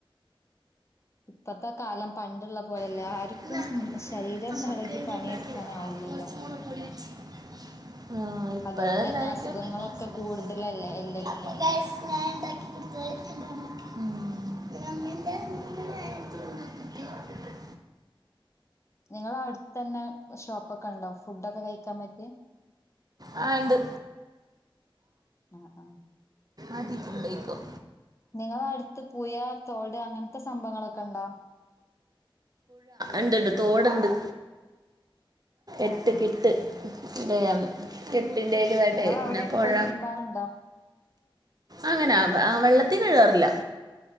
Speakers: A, on the left; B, on the right.
A: ഇപ്പത്തെ കാലം പണ്ടുള്ള പോലെല്ല
B: <unintelligible>
A: ആർക്കും ശരീരം ഇളകി പണിയെടുക്കാനാവൂലല്ലോ അതുകൊണ്ടന്നെ അസുഖങ്ങളൊക്കെ കൂടുതലല്ലേ എല്ലർക്കും
B: അമ്മൻ്റെ അമ്മ ആയിരത്തി തൊണ്ണൂറ്റട്ട് <unintelligible>
A: നിങ്ങടെ അടുത്ത് തന്നെ ഷോപ്പൊക്കെ ഉണ്ടോ ഫുഡോക്കെ കഴിക്കാൻ പറ്റിയെ
B: ആ ഉണ്ട്
A: ആ ആ
B: ആദ്യത്തണ്ടേക്കും
A: നിങ്ങ അടുത്ത് പുഴ, തോട് അങ്ങനത്തെ സംഭങ്ങളൊക്കെ ഉണ്ടോ
B: ഉണ്ടുണ്ട് തോടുണ്ട് എട്ട്
A: ആഹ് ആഹ്
B: കിട്ട് <unintelligible> <unintelligible> പിന്നെ
A: നിങ്ങള് അവിടെയൊക്കെ
B: പൊഴ
A: പോയി തിരുമ്പാറുണ്ടോ
B: അങ്ങനെ ആ വെള്ളത്തി കത്തി കഴാറില്ല